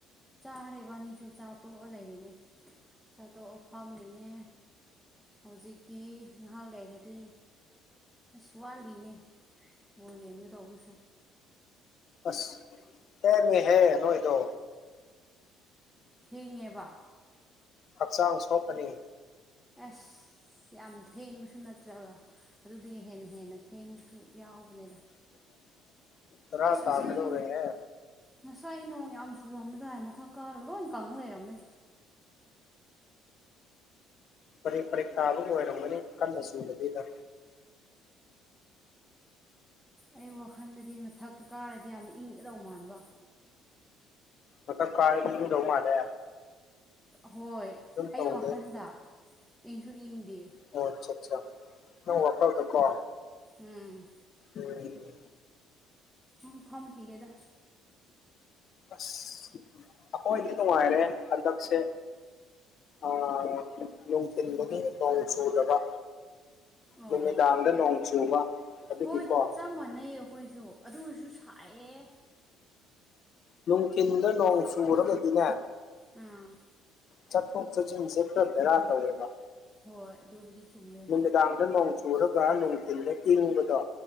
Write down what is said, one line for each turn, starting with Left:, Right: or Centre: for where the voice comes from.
Centre: ꯆꯥꯔꯦꯕ ꯑꯅꯤꯁꯨ ꯆꯥ ꯇꯣꯛꯑ ꯂꯩꯔꯤꯅꯦ ꯆꯥ ꯇꯣꯛꯑ ꯐꯝꯃꯤꯅꯦ ꯍꯧꯖꯤꯛꯇꯤ ꯉꯥꯏꯍꯥꯛ ꯂꯩꯔꯗꯤ ꯑꯁ ꯋꯥꯠꯂꯤꯅꯦ ꯕꯣꯜ ꯌꯦꯡꯒꯦ ꯇꯧꯕꯁꯨ
Left: ꯑꯁ ꯊꯦꯡꯉꯦꯍꯦ ꯅꯣꯏꯗꯣ
Centre: ꯊꯦꯡꯉꯦꯕ
Left: ꯍꯛꯆꯥꯡ ꯁꯣꯛꯀꯅꯤ
Centre: ꯑꯁ ꯌꯥꯝ ꯊꯦꯡꯕꯁꯨ ꯅꯠꯇ꯭ꯔꯒ ꯑꯗꯨꯗꯒꯤ ꯍꯦꯟꯅ ꯍꯦꯟꯅ ꯊꯦꯡꯕꯁꯨ ꯌꯥꯎꯕꯅꯦꯗ
Left: <unintelligible> ꯇꯔꯥ
Centre: ꯑꯁ
Left: ꯇꯥꯒꯗꯧꯔꯦꯍꯦ
Centre: ꯉꯁꯥꯏ <unintelligible> ꯉꯁꯥꯏ ꯅꯣꯡ ꯌꯥꯝ ꯆꯨꯔꯝꯕ ꯇꯥꯏ ꯃꯊꯛ ꯀꯥꯔꯒ ꯂꯣꯏ ꯀꯪ ꯂꯩꯔꯝꯃꯦ
Left: ꯄꯔꯦꯛ ꯄꯔꯦꯛ ꯇꯥꯕ ꯑꯣꯏꯔꯝꯒꯅꯤ ꯀꯟꯅ ꯆꯨꯗꯕꯤꯗ
Centre: ꯑꯩ ꯋꯥꯈꯟꯗꯗꯤ ꯃꯊꯛꯇ ꯀꯥꯔꯗꯤ ꯌꯥꯝ ꯏꯪꯒꯗꯧ ꯃꯥꯟꯕ
Left: ꯃꯊꯛ ꯀꯥꯔꯗꯤ ꯏꯪꯗꯧ ꯃꯥꯜꯂꯦ
Centre: ꯍꯣꯏ
Left: ꯑꯗꯨꯝ ꯇꯧꯗꯦ
Centre: ꯑꯩ ꯋꯥꯈꯟꯗ ꯏꯪꯁꯨ ꯏꯪꯗꯦ
Left: ꯑꯣ ꯑꯆꯥ ꯑꯆꯥ ꯅꯪ ꯋꯥꯈꯜꯗꯀꯣ
Centre: ꯎꯝ
Left: ꯎꯝ
Centre: ꯎꯝ ꯐꯝꯈꯤꯒꯦꯗ
Left: ꯑꯁ ꯑꯩꯈꯣꯏꯗꯤ ꯅꯨꯡꯉꯥꯏꯔꯦ ꯍꯟꯗꯛꯁꯦ ꯑ ꯅꯨꯡꯊꯤꯟꯕꯗꯤ ꯅꯣꯡ ꯆꯨꯗꯕ
Centre: ꯑꯣ
Left: ꯅꯨꯃꯤꯗꯥꯡꯗ ꯅꯣꯡ ꯆꯨꯕ ꯑꯗꯨꯒꯤꯀꯣ
Centre: ꯍꯣꯏ ꯆꯞ ꯃꯥꯟꯅꯩꯌꯦ ꯑꯩꯈꯣꯏꯁꯨ ꯑꯗꯨꯁꯨ ꯁꯥꯏꯌꯦ
Left: ꯅꯨꯡꯊꯤꯟꯗ ꯅꯣꯡ ꯆꯨꯨꯔꯒꯗꯤꯅꯦ
Centre: ꯎꯝ
Left: ꯆꯠꯊꯣꯛ ꯆꯠꯁꯤꯟꯁꯦ ꯈꯔ ꯕꯦꯔꯥ ꯇꯧꯋꯦꯕ
Centre: ꯍꯣꯏ ꯑꯗꯨꯕꯨꯗꯤ ꯆꯨꯝꯃꯦ
Left: ꯅꯨꯃꯤꯗꯥꯡꯗ ꯅꯣꯡ ꯆꯨꯔꯒ ꯅꯨꯡꯊꯤꯜꯗ ꯏꯡꯕꯗꯣ